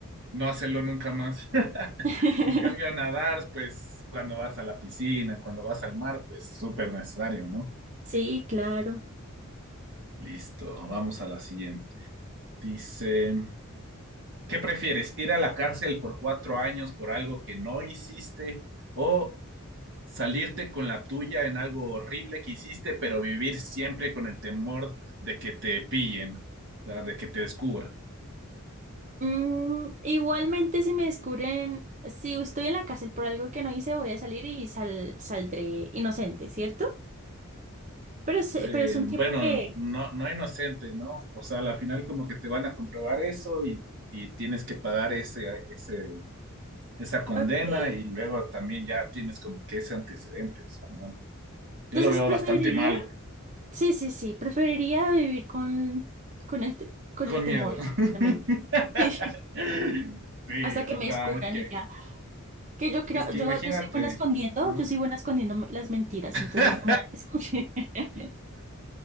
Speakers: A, on the right; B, on the right.
A: no hacerlo nunca más. <laughs>
B: <laughs>
A: En cambio, nadar, pues cuando vas a la piscina, cuando vas al mar, pues súper necesario, ¿no?
B: Sí, claro.
A: Listo, vamos a la siguiente. Dice, ¿qué prefieres? ¿Ir a la cárcel por cuatro años por algo que no hiciste o salirte con la tuya en algo horrible que hiciste, pero vivir siempre con el temor de que te pillen, ¿verdad? de que te descubran?
B: Mm, igualmente, si me descubren, si estoy en la cárcel por algo que no hice, voy a salir y sal- saldré inocente, ¿cierto? Pero es,
A: eh,
B: pero es un
A: bueno,
B: tiempo que...
A: no, no inocente, ¿no? O sea, al final como que te van a comprobar eso y, y tienes que pagar ese, ese, esa condena
B: Ok.
A: y luego también ya tienes como que ese antecedente, o sea, ¿no? Yo
B: Entonces
A: lo veo
B: preferiría...
A: bastante malo,
B: Sí, sí, sí. Preferiría vivir con, con el, te- con
A: con
B: el temor,
A: miedo. <laughs>
B: exactamente. <laughs> Sí.
A: Sí,
B: Hasta que
A: o
B: me
A: sea,
B: descubran
A: es que,
B: y ya. Que yo creo,
A: es que
B: yo,
A: imagínate,
B: yo soy buena escondiendo,
A: ajá.
B: yo soy buena escondiendo las mentiras, entonces
A: <laughs>
B: no me van a descubrir. <laughs>